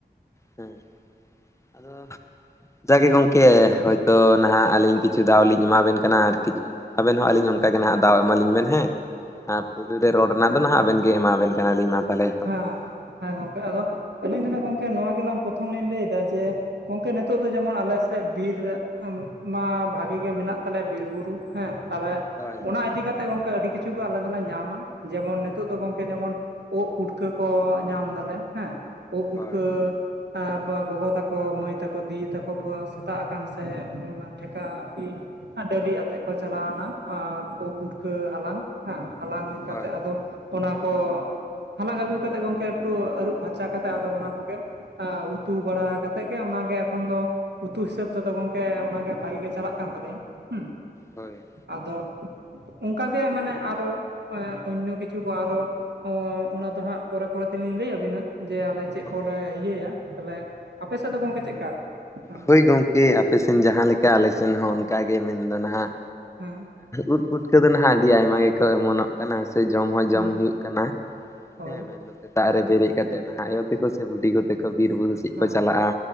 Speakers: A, on the left (about 15°); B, on the right (about 80°).
A: ᱦᱮᱸ, ᱟᱫᱚ ᱡᱟᱜᱮ ᱜᱚᱝᱠᱮ, ᱦᱳᱭ ᱛᱳ ᱱᱟᱦᱟᱜ ᱟᱹᱞᱤᱧ ᱠᱤᱪᱷᱩ ᱫᱟᱣ ᱞᱤᱧ ᱮᱢᱟᱵᱮᱱ ᱠᱟᱱᱟ ᱟᱨ ᱠᱤᱪᱩ ᱩᱸᱜ ᱟᱵᱮᱱ ᱦᱚᱸ ᱟᱹᱞᱤᱧᱚ ᱚᱱᱠᱟ ᱜᱮ ᱱᱷᱟᱜ ᱫᱟᱣ ᱮᱢᱟ ᱞᱤᱧ ᱢᱮᱱ ᱦᱮᱸᱻ᱾ ᱟ ᱯᱩᱭᱞᱩ ᱨᱮ ᱨᱚᱲ ᱱᱟᱜ ᱫᱚ ᱱᱟᱦᱟᱜ ᱟᱵᱮᱱ ᱜᱮ ᱮᱢᱟᱵᱮᱱ ᱠᱟᱱᱟᱞᱤᱧ ᱢᱟ᱾ ᱛᱟᱦᱚᱞᱮ ᱮᱛᱚᱦᱚᱵ
B: ᱦᱮᱸ
A: ᱵᱮᱱ᱾
B: ᱦᱮᱸ ᱜᱚᱝᱠᱮ ᱟᱫᱚ ᱟᱹᱞᱤᱧ ᱫᱚ ᱜᱚᱝᱠᱮ ᱱᱚᱣᱟ ᱜᱮᱞᱟᱝ ᱯᱨᱚᱛᱷᱚᱢ ᱞᱤᱧ ᱞᱟᱹᱭ ᱫᱟ ᱡᱮ ᱜᱚᱢᱠᱮ ᱱᱤᱛᱚᱜ ᱫᱚ ᱡᱮᱢᱚᱱ ᱟᱞᱮ ᱥᱮᱫ ᱵᱤᱨ ᱢᱟ ᱵᱷᱟᱜᱤ ᱜᱮ ᱢᱮᱱᱟᱜ ᱛᱟᱞᱮᱭᱟ ᱵᱤᱨ ᱵᱩᱨᱩ ᱦᱮᱸ ᱛᱟᱦᱚᱞᱮ
A: ᱦᱳᱭ,
B: ᱚᱱᱟ ᱤᱫᱤ ᱠᱟᱛᱮᱜ ᱜᱚᱝᱠᱮ ᱟᱹᱰᱤ ᱠᱤᱪᱷᱩ ᱜᱮ ᱟᱞᱮ ᱫᱚᱞᱮ ᱧᱟᱢᱟ ᱡᱮᱢᱚᱱ ᱱᱤᱛᱚᱜ ᱫᱚ ᱜᱚᱝᱠᱮ ᱡᱮᱢᱚᱱ ᱳᱜ ᱯᱩᱴᱠᱟᱹ ᱠᱚ ᱧᱟᱢ ᱫᱟᱞᱮ ᱦᱮᱸ ᱳᱜ ᱯᱩᱴᱠᱟᱹ
A: ᱦᱳᱭ
B: ᱮᱸ ᱜᱚᱜᱚ ᱛᱟᱠᱚ ᱢᱟᱹᱭ ᱛᱟᱠᱚ ᱫᱤᱫᱤ ᱛᱟᱠᱚ ᱥᱮᱛᱟᱜ ᱟᱠᱟᱱ ᱥᱮ ᱴᱷᱮᱠᱟ <inaudible> ᱰᱟᱹᱞᱤᱜ ᱟᱛᱮᱜ ᱠᱚ ᱪᱟᱞᱟᱣᱱᱟ ᱳᱜ ᱯᱩᱴᱠᱟᱹ ᱦᱟᱞᱟᱝ, ᱦᱮᱸ ᱦᱟᱞᱟᱝ ᱠᱟᱛᱮᱫ
A: ᱦᱳᱭ
B: ᱟᱫᱚ ᱚᱱᱟ ᱠᱚ ᱦᱟᱞᱟᱝ ᱟᱹᱜᱩ ᱠᱟᱛᱮᱫ ᱜᱚᱝᱠᱮ ᱮᱠᱴᱩ ᱟᱹᱨᱩᱵ ᱯᱷᱟᱨᱪᱟ ᱠᱟᱛᱮᱫ ᱟᱫᱚ ᱚᱱᱟ ᱠᱚᱜᱮ ᱩᱛᱩ ᱵᱟᱲᱟ ᱠᱟᱛᱮᱫ ᱜᱮ ᱚᱱᱟᱜᱮ ᱮᱠᱷᱚᱱ ᱫᱚ ᱩᱛᱩ ᱦᱤᱥᱟᱹᱵ ᱛᱮᱫᱚ ᱜᱚᱢᱠᱮ ᱚᱱᱟᱜᱮ ᱵᱷᱟᱜᱤ ᱜᱮ ᱪᱟᱞᱟᱜ ᱠᱟᱱ ᱛᱟᱞᱮᱭᱟ ᱦᱩᱸ
A: ᱦᱳᱭ ᱾
B: ᱟᱫᱚ ᱚᱱᱠᱟᱜᱮ ᱢᱟᱱᱮ ᱟᱨᱚ ᱚᱱᱱᱚ ᱠᱤᱪᱷᱩ ᱠᱚ ᱟᱨᱚ ᱚ ᱚᱱᱟ ᱫᱚ ᱦᱟᱸᱜ ᱯᱚᱨᱮ ᱯᱚᱨᱮ ᱛᱮᱞᱤᱧ ᱞᱟᱹᱭ ᱟᱵᱤᱱᱟ ᱡᱮ ᱟᱞᱮ ᱪᱮᱫ
A: ᱦᱳᱭ
B: ᱠᱚᱞᱮ ᱤᱭᱟᱹᱭᱟ ᱛᱟᱦᱞᱮ ᱟᱯᱮ ᱥᱮᱫ ᱫᱚ ᱜᱚᱝᱠᱮ ᱪᱮᱜᱠᱟ ᱦᱮᱸ
A: ᱦᱳᱭ ᱜᱚᱝᱠᱮ ᱟᱯᱮ ᱥᱮᱱ ᱡᱟᱦᱟᱸ ᱞᱮᱠᱟ ᱟᱞᱮ ᱥᱮᱱ ᱦᱚᱸ ᱚᱱᱠᱟᱜᱮ ᱢᱮᱱᱫᱚ ᱱᱟᱜ
B: <unintelligible>
A: ᱩᱫ ᱯᱩᱴᱠᱟᱹ ᱫᱚ ᱱᱟᱦᱟᱜ ᱟᱹᱰᱤ ᱟᱭᱢᱟ ᱜᱮᱠᱚ ᱮᱢᱚᱱᱚᱜ ᱠᱟᱱᱟ ᱥᱮ ᱡᱚᱢ ᱦᱚᱸ ᱡᱚᱢ
B: ᱦᱩᱸ
A: ᱦᱩᱭᱩᱜ ᱠᱟᱱᱟ
B: ᱦᱳᱭ
A: ᱦᱮᱸ ᱢᱮᱱᱫᱚ ᱥᱮᱛᱟᱜ ᱨᱮ
B: ᱦᱮᱸ
A: ᱵᱮᱨᱮᱫ ᱠᱟᱛᱮᱜ ᱱᱟᱦᱟᱜ ᱟᱭᱳ ᱛᱮᱠᱚ ᱥᱮ ᱵᱩᱰᱤ ᱠᱚᱛᱮ ᱠᱚ ᱵᱤᱨ ᱵᱩᱨᱩ ᱥᱮᱫ
B: ᱦᱮᱸ
A: ᱠᱚ ᱪᱟᱞᱟᱜ-ᱟ,